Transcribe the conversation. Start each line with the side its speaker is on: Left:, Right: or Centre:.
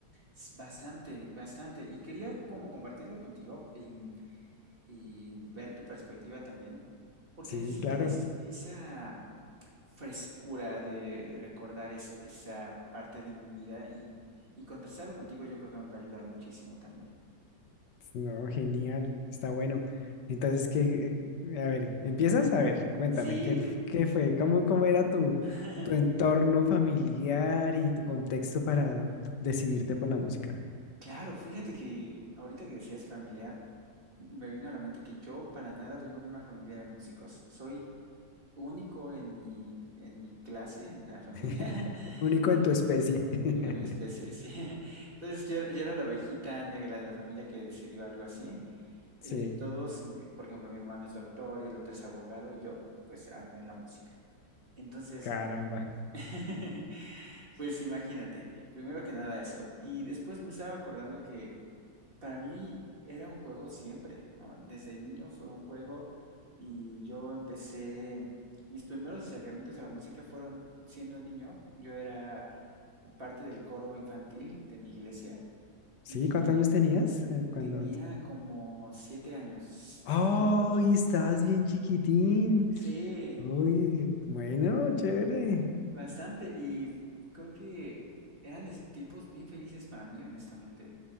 Right: S- Bastante, bastante. Y quería como compartirlo contigo y, y ver tu perspectiva también, porque
Left: Sí,
Right: necesito
Left: claro.
Right: es- esa frescura de recordar esa, esa parte de mi vida y, y contrastarlo contigo yo creo que me va a ayudar muchísimo también.
Left: No, genial, está bueno. Entonces, ¿qué, eh, a ver, empiezas? A ver, cuéntame,
Right: Sí,
Left: ¿qué, f-
Right: te...
Left: qué fue? ¿Cómo, cómo era tu,
Right: <laughs>
Left: tu entorno familiar y tu contexto para decidirte por la música?
Right: Claro, fíjate que ahorita que decías familiar, me vino a la mente que yo para nada vengo de una familia de músicos. Soy único en mi, en mi clase, en la familia.
Left: <laughs> Único
Right: <laughs>
Left: en tu especie.
Right: Em,
Left: <laughs>
Right: Único en mi especie, sí. <laughs> Entonces yo era, yo era la ovejita negra de la familia que decidió algo así. Eh,
Left: Sí,
Right: todos, mi- por ejemplo, mi hermano es doctor y el otro es abogado y yo, pues ando en la música. Entonces,
Left: caramba.
Right: <laughs> pues imagínate, primero que nada eso. Y después me estaba acordando que para mí era un juego siempre, ¿no? Desde niño fue un juego y yo empecé, mis primeros acercamientos a la música fueron siendo niño. Yo era parte del coro infantil de mi iglesia
Left: Sí,
Right: y
Left: ¿cuántos años tenías eh, cuando?
Right: tenía
Left: ent-
Right: como siete años,
Left: ¡Ay,
Right: siete, ocho.
Left: estabas bien chiquitín!
Right: Sí,
Left: Uy, bueno, chévere.
Right: Bastante, y creo que eran es- tiempos bien felices para mí, honestamente.